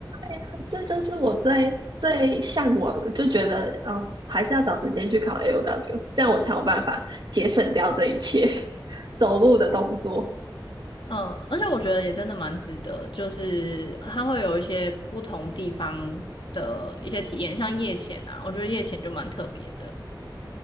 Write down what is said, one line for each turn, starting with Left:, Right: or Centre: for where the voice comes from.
Right: <laughs> 这就是我最最向往的，就觉得哦，还是要找时间去考 AOW，这样我才有办法节省掉这一切 <laughs> 走路的动作。
Left: 嗯，而且我觉得也真的蛮值得，就是它会有一些不同地方的一些体验，像夜潜啊，我觉得夜潜就蛮特别的。